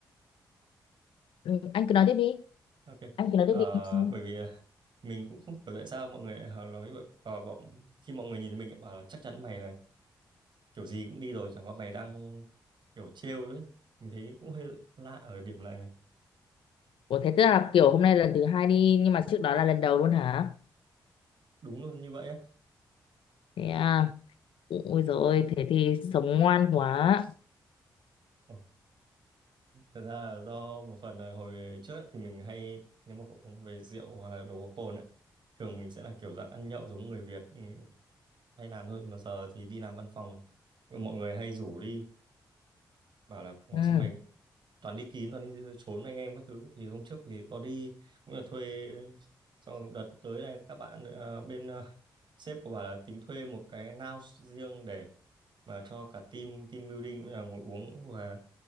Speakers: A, on the left; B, on the right.
A: ừ, anh cứ nói tiếp đi
B: Ok.
A: anh cứ nói
B: Ờ,
A: tiếp đi em xin.
B: bởi vì à, mình cũng không hiểu tại sao mọi người họ nói như vậy và bọn khi mọi người nhìn thấy mình lại bảo là chắc chắn mày là kiểu gì cũng đi rồi chẳng qua mày đang kiểu trêu đấy mình thấy cũng hơi lạ ở điểm này
A: ủa thế tức là kiểu hôm nay lần thứ hai đi nhưng mà trước đó là lần đầu luôn hả
B: đúng luôn như vậy á
A: thế à ôi rồi thế thì sống ngoan quá
B: Ờ, thật ra là do một phần là hồi trước ấy, thì mình hay nếu mà cũng về rượu hoặc là đồ có cồn ấy, thường mình sẽ là kiểu dạng ăn nhậu giống người Việt ừ, hay làm thôi mà giờ thì đi làm văn phòng mọi người hay rủ đi bảo là Ồ,
A: ừ
B: sao mày toàn đi kín toàn đi trốn anh em các thứ thì hôm trước thì có đi cũng là thuê xong rồi đợt tới này các bạn ờ, bên ờ, sếp của bà là tính thuê một cái lounge riêng để mà cho cả team team building cũng là ngồi uống và